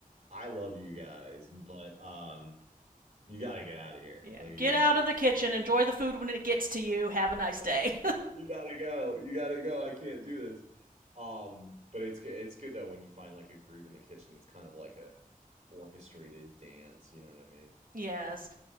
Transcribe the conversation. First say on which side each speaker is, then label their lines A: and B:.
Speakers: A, on the right; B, on the right.
A: I love you guys, but um, you got to get out of here.
B: yeah
A: Like you
B: get
A: got
B: out
A: to leave.
B: of the kitchen enjoy the food when it gets to you have a nice
A: <laughs>
B: day
A: You gotta go. You gotta go. I can't do this. Um, but it's good. It's good though when you find like a groove in the kitchen. It's kind of like a orchestrated dance. You know what I mean?
B: <laughs> yes